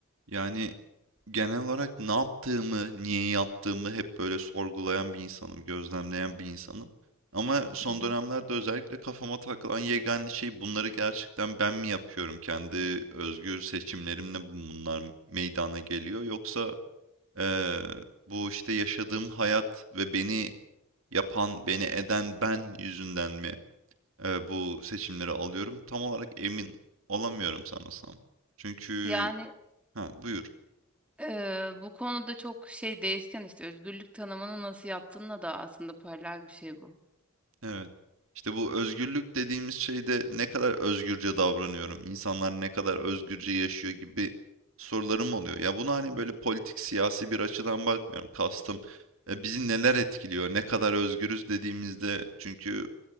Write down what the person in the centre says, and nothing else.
Hı hı.
Yani
eee, bu konuda çok şey değişken işte özgürlük tanımını nasıl yaptığınla da aslında paralel bir şey bu.